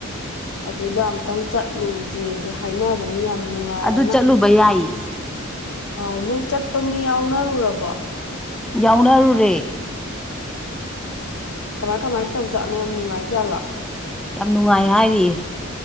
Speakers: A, on the left (about 75°); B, in the centre.
A: ꯑꯗꯨꯗ ꯑꯝꯇꯪ ꯆꯠꯂꯨꯁꯦꯗꯤ ꯍꯥꯏꯅꯕꯅꯤ ꯌꯥꯝ ꯅꯨꯡꯉꯥꯏꯌꯦꯅ
B: ꯑꯗꯨ ꯆꯠꯂꯨꯕ ꯌꯥꯏꯌꯦ
A: ꯑꯥꯎ ꯅꯣꯏ ꯆꯠꯄ ꯃꯤ ꯌꯥꯎꯅꯔꯨꯔꯕꯣ
B: ꯌꯥꯎꯅꯔꯨꯔꯦ
A: ꯀꯃꯥꯏ ꯀꯃꯥꯏ ꯇꯧꯖꯥꯠꯅꯣ ꯌꯥꯝ ꯅꯨꯡꯉꯥꯏꯖꯥꯠꯂꯥ
B: ꯌꯥꯝ ꯅꯨꯡꯉꯥꯏ ꯍꯥꯏꯔꯤꯌꯦ